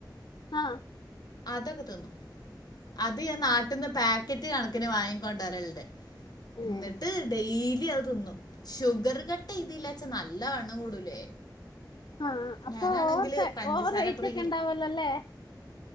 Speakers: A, on the left; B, on the left.
A: ആ
B: അതൊക്കെ തിന്നും. അത് ഞാൻ നാട്ടിന്ന് പാക്കറ്റ് കണക്കിന് വാങ്ങിക്കൊണ്ട് വരലിണ്ട്.
A: ഏഹ്
B: എന്നിട്ട് ഡെയിലി അത് തിന്നും ഷുഗർ കട്ട് ഇതില്ലാച്ച നല്ല വണ്ണം കൂടൂലേ?
A: ആഹ അപ്പൊ
B: ഞാനാണെങ്കിൽ
A: ഓവർത്തെ
B: പഞ്ചസാര
A: ഓവർ വെയ്റ്റ്
B: പ്രിയ
A: ഒക്കെ ഇണ്ടാവല്ലോല്ലേ?